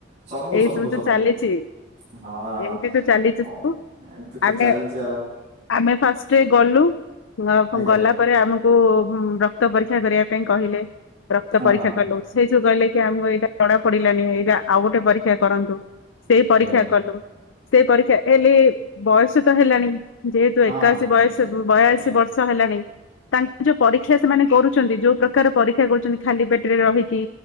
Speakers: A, on the right (about 35°); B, on the left (about 80°).
A: ସବୁ
B: ଏଇ
A: ସବୁ
B: ତ
A: ସବୁ
B: ଚାଲିଛି
A: ହଁ
B: ଏମିତି ତ ଚାଲିଛି
A: କଣ
B: ସବୁ
A: ଏମିତି ତ
B: ଆମେ
A: ଚାଲିଛି ଆଉ
B: ଆମେ ଫାଷ୍ଟରେ ଗଲୁ
A: ଆଜ୍ଞା
B: ଗଲା ପରେ ଆମକୁ ରକ୍ତ ପରୀକ୍ଷା କରିବା ପାଇଁ କହିଲେ ରକ୍ତ
A: ହଁ
B: ପରୀକ୍ଷା
A: ହଁ
B: କଲୁ। ସେଇଠୁ କହିଲେ ଆମକୁ ଏଇଟା ଜଣା ପଡିଲାନି, ଏଇଟା ଆଉ ଗୋଟେ ପରୀକ୍ଷା କରନ୍ତୁ ସେଇ ପରୀକ୍ଷା
A: ଆଜ୍ଞା ଆଜ୍ଞା
B: କଲୁ। ସେ ପରୀକ୍ଷା ହେଲେ, ବୟସ ତ ହେଲାଣି ଯେହେତୁ
A: ହଁ
B: ଏକାଅଶି
A: ହଁ ହଁ
B: ବୟସ
A: ନିଶ୍ଚୟ
B: ବୟାଶି
A: ଏକା ଏକା
B: ବର୍ଷ ହେଲାଣି ତାଙ୍କର ଯୋଉ ପରୀକ୍ଷା ସେମାନେ କରୁ ଯୋଉ ପ୍ରକାର ପରୀକ୍ଷା କରୁଛନ୍ତି ଖାଲି ପେଟରେ ରହିକି